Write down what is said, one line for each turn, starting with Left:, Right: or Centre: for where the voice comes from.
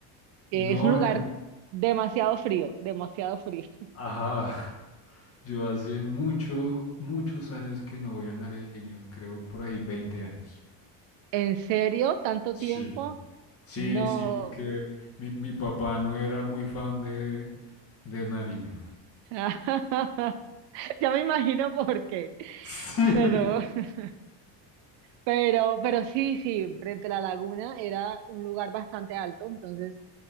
Right: Eh,
Left: No,
Right: es un lugar
Left: yo,
Right: demasiado frío, demasiado frío. <laughs>
Left: ajá, <laughs> yo hace mucho, muchos años que no voy a Nariño, creo por ahí 20 años.
Right: ¿En serio? ¿Tanto
Left: Sí.
Right: tiempo?
Left: Sí,
Right: No.
Left: sí, porque mi, mi papá no era muy fan de, de Nariño.
Right: <laughs> Ya me imagino por qué.
Left: Sí.
Right: Pero, <laughs> pero, pero sí, sí, frente a la laguna era un lugar bastante alto, entonces